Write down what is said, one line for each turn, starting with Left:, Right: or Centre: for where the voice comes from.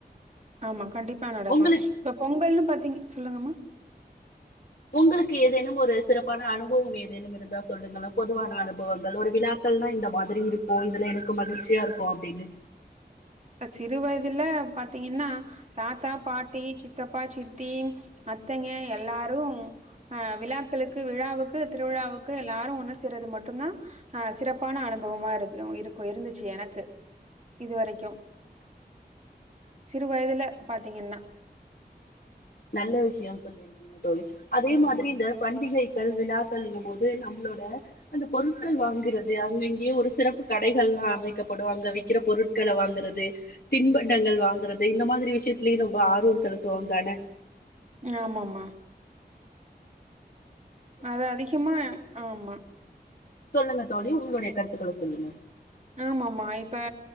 Right: ஆமா கண்டிப்பா நடக்கு
Left: உங்களுக்கு
Right: இப்போ பொங்கல்ன்னு பாத்தீங் சொல்லுங்கம்மா
Left: உங்களுக்கு ஏதேனு ஒரு சிறப்பான அனுபவ ஏதேனு இருந்தா சொல்லுங்கள பொதுவான அனுபவங்கள் ஒரு விழாக்கள்னா இந்த மாதிரி இருக்கு இதுல எனக்கு மகிழ்ச்சியா இருக்கு அப்டின்னு
Right: சிறு வயதுல பாத்தீங்கனா தாத்தா பாட்டி சித்தப்பா சித்தி அத்தைங்க எல்லாரு அ விழாக்களுக்கு விழாவுக்கு திருவிழாவுக்கு எல்லாரு ஒன்னு சேர்றது மட்டுதா ஆ சிறப்பான அனுபவமா இருக்கு இருக்கு இருந்துச்சு எனக்கு இது வரைக்கு சிறு வயதுல பாத்தீங்கன்னா
Left: நல்ல விஷய சொல்லிருக்கீங்க தோழி அதே
Right: ஆமா
Left: மாதிரி இந்த பண்டிகை கள் விழாக்கள் இங்கு போது நம்ளோட அந்த பொருட்கள் வாங்குறது அங்கங்கேயோ ஒரு சிறப்பு கடைகள்ல்லா அமைக்கப்படு அங்க விக்குற பொருட் க்கள வாங்குறது தின்பண்டங்கள் வாங்குறது இந்த மாதிரி விஷயத்தலயு ரொம்ப ஆர்வ செலுத்துவோ தான
Right: ஆமமா அது அதிகமா ஆமா
Left: சொல்லுங்க தோழி உங்களுடைய கருத்துக்கள சொல்லுங்க
Right: ஆமமா இப்ப